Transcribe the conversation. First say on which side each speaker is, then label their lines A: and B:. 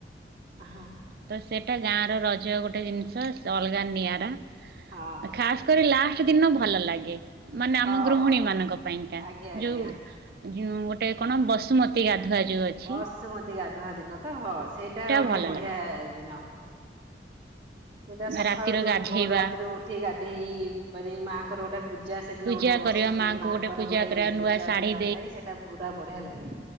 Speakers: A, on the right; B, on the right.
A: ହଁ।
B: ତ ସେଟା ଗାଁ ର ରଜ ଗୋଟେ ଜିନିଷ ଅଲଗା ନିଆରା।
A: ହଁ।
B: ଖାସ୍ କରି ଲାଷ୍ଟ ଦିନ ଭଲ ଲାଗେ। ମାନେ
A: ହଁ
B: ଆମ ଗୃହିଣୀ ମାନଙ୍କ ପାଇଁକା
A: ଆଜ୍ଞା ଆଜ୍ଞା।
B: ଯୋଉ ଯେଉଁ ଗୋଟେ କଣ ବସୁମ ମତି ଗାଧୁଆ ଯୋଉ ଅଛି
A: ବସୁମତୀ ଗାଧୁଆ ଦିନ ତ ହଁ ସେଇଟା ଗୋଟେ
B: ଭଲ
A: ବଢିଆ
B: ଲାଗେ
A: ଦିନ। ସେଇଟା ସକାଳୁ
B: ରାତିର
A: ଯୋଉ
B: ଗାଧେଇବା
A: ଭୋର ରାତିରୁ ଉଠି ଗାଧେଇ-ଇ-ଇ ବାରେ ମାଆଙ୍କର ଗୋଟେ ପୂଜା ସେଦିନ
B: ପୂଜା
A: ଗୋଟେ
B: କରିବା
A: ବସୁମତୀ
B: ମାଆଙ୍କୁ
A: ମାଆଙ୍କର
B: ପୂଜା
A: ଗୋଟେ
B: କରିବା ନୂଆ
A: ପୂଜା
B: ଶାଢ଼ୀ
A: ଯୋଉଟା ଥାଏ ସେଇଟା ପୁରା ବଢିଆ ଲାଗେ।